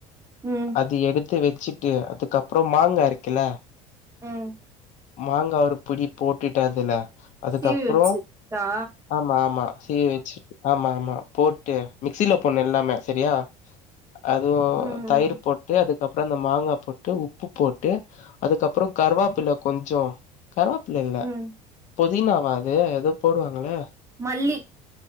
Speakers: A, on the right (about 20°); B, on the left (about 55°).
A: ம்
B: அது எடுத்து வச்சுட்டு அதுக்கப்ரோ மாங்கா இருக்கில
A: ம்
B: மாங்கா ஒரு புடி போட்டுட்டு அதுல அதுக்கப்புறோ
A: சீவி வச்சித்தா
B: ஆமா ஆமா சீவி வச்சு ஆமா ஆமா போட்டு மிக்சில போண்ணு எல்லாமே செரியா அதுவோ
A: ம்
B: தயிர்
A: ம்
B: போட்டு அது அப்பரோ அந்த மாங்கா போட்டு உப்பு போட்டு அதுக்கப்ரோ கருவாப்பில கொஞ்சோ கருவாப்பில்லில்ல
A: ம்
B: புதினவா அது எதோ போடுவாங்களே
A: மல்லி